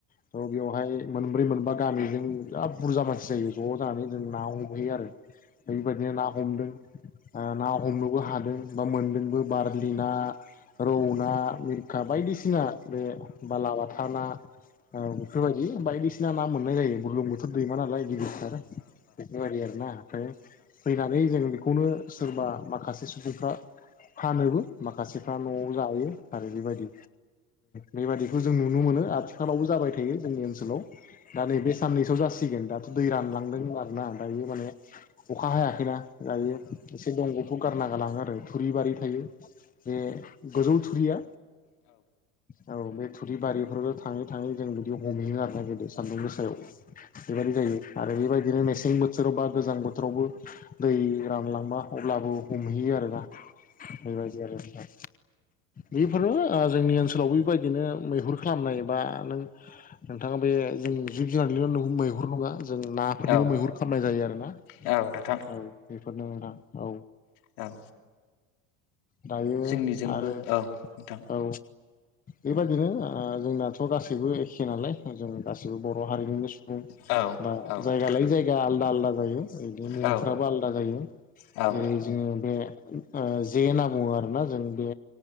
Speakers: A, on the left; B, on the left.
A: थ बेवहाय मोन ब्रै मोनबा गामिजों जा बुरजा मानसि जायो ज' जानानै जों ना हमहैयो आरो बेबायदिनो ना हमदों ओ ना हमनोबो दों बा मोनदोंबो बारलि ना रौ ना मिर खा बायदिसिना बे बालाबाथा ना ओ बेफोरबायदि बायदिसि ना मोननाय जायो बुरलुंबुथुर दैमा नालाय बिदि बेफोरबायदि आरोना ओमफ्राय फैनानै जों बेखौनो सोरबा माखासे उफ्रा फानोबो माखासेफ्रा न'आव जायो आरो बेबायदि बेबादिखौ जों नुनो मोनो आथिखालावबो जाबाय थायो जोंनि ओनसोलाव दा नैबे साननैसो जासिगोन दाथ दै रानलांदों आरोना दायो माने अखा हायाखैना दायो एसे दंगखौ आ लाङो आरो थुरि बारि थायो बे गोजौ थुरिया औ बे थुरिबारिफोरबो थाङै थाङै जों बिदि हमहैयो आरो नायहैदो सान्दुं गोसायाव बेबायदि जायो आरो बेबायदिनो मेसें बोथोराव बा गोजां बोथोरावबो दै रानलांबा अब्लाबो हमहैयो आरो ना बेबायदि आरो ओमफ्राय बेफोरनो आ जोंनि ओनसोलावबो बेबायदिनो मैहुर खालामनाय बा नों नोंथाङा बे जों जिब जुनार लियाव' नों मैहुर हङा जों नाफोरनिबो
B: औ औ
A: मैहुर खालामनाय जायो आरो ना
B: औ नोंथां
A: औ बेफोरनो नोंथां औ
B: औ
A: दायो
B: जोंनिजोंबो
A: आरो
B: औ नोंथां
A: औ बेबायदिनो आ जोंनाथ' गासैबो एखे नालाय जों गासिबो बर' हारिनिनो सुबुं
B: औ
A: बा
B: औ नोंथां
A: जायगा लायै जायगा आलदा आलदा जायो नो
B: औ
A: फ्राबा आलदा जायो
B: औ
A: जेरै <unintelligible> जे आबौ आरोना जों बे